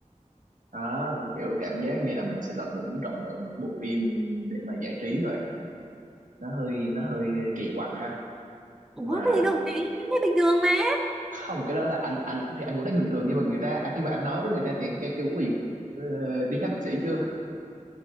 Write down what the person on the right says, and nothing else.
đó kiểu cảm giác như là mình sẽ tận hưởng trọn vẹn một bộ phim để mà giải trí vậy nó hơi nó hơi kỳ quặc ha
nhưng mà
không cái đó là anh anh thì anh cũng thấy bình thường nhưng mà người ta à, khi mà anh nói với người ta thì người ta kêu ui ờ, đi khám bác sĩ chưa